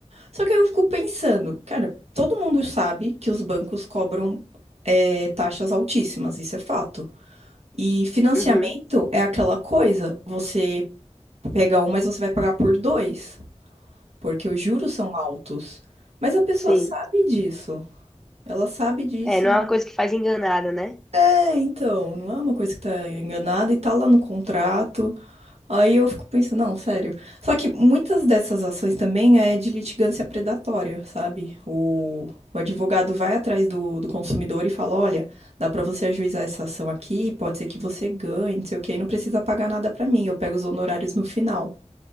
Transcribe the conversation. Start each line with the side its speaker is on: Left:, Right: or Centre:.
Right: Só que eu fico pensando, cara, todo mundo sabe que os bancos cobram eh, taxas altíssimas, isso é fato. E financiamento
Centre: Uhum.
Right: é aquela coisa, você pega um, mas você vai pagar por dois porque os juros são altos. Mas a pessoa
Centre: Sim.
Right: sabe disso. Ela sabe disso.
Centre: É, não
Right: e-
Centre: é uma coisa que faz enganada, né?
Right: É, então, não é uma coisa que tá enganada e tá lá no contrato. Aí eu fico pensando, não, sério. Só que muitas dessas ações também é de litigância predatória, sabe? O, o advogado vai atrás do, do consumidor e fala, olha, dá pra você ajuizar essa ação aqui, pode ser que você ganhe, não sei o quê, e não precisa pagar nada pra mim, eu pego os honorários no final.